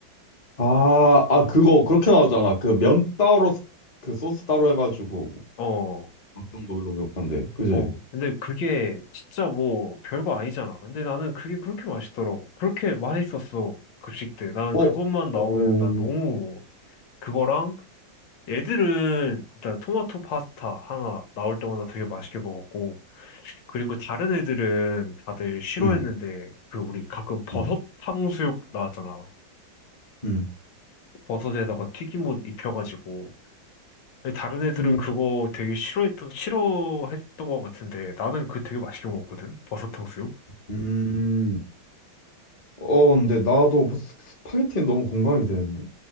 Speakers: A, on the left (about 40°); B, on the left (about 70°).
A: 아, 아 그거 그렇게 나오잖아. 그 면 따로 스- 그 소스 따로 해가지고
B: 어,
A: 어떤 걸로 먹었는데, 그지?
B: 어, 근데 그게 진짜 뭐 별거 아니잖아. 근데 나는 그게 그렇게 맛있더라고. 그렇게 맛있었어, 급식 때. 나는
A: 어,
B: 그것만 나오면
A: 어,
B: 난 너무 그거랑 애들은 일단 토마토 파스타 하나 나올 때마다 되게 맛있게 먹었고, 그리고 다른 애들은 다들 싫어했는데,
A: 음,
B: 그 우리 가끔 버섯
A: 음,
B: 탕수육 나왔잖아.
A: 음,
B: 버섯에다가 튀김옷 입혀가지고. 근데 다른 애들은
A: 음.
B: 그거 되게 싫어했던, 싫어했던 것 같은데, 나는 그거 되게 맛있게 먹었거든? 버섯 탕수육?
A: 음, 어, 근데 나도 벌써 스파게티는 너무 공감이 되는데?